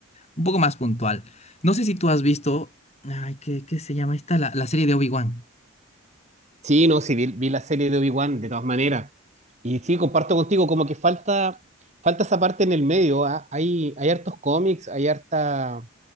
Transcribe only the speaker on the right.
Sí, no, sí, vi, vi la serie de Obi-Wan de todas maneras. Y sí, comparto contigo, como que falta, falta esa parte en el medio. ah, Hay, hay hartos cómics, hay harta,